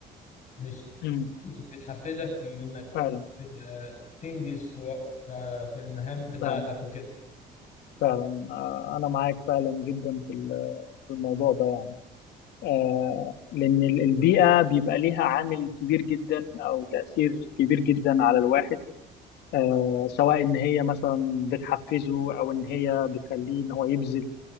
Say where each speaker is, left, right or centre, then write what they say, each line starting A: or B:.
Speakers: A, on the left; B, on the left.
A: مش
B: و- مم.
A: مش بتحفزك لانك
B: فعلا
A: ت- تنجز في وق- في في المهام بتاعتك
B: فعلا
A: وكده
B: فعلا آه، انا معاك فعلا جدا في ال- في الموضوع ده يعني آه، لان ال- البيئه بيبقى ليها عامل كبير جدا او تاثير كبير جدا على الواحد آه، سواء ان هي مثلا بتحفزه او ان هي بتخليه ان هو يبذل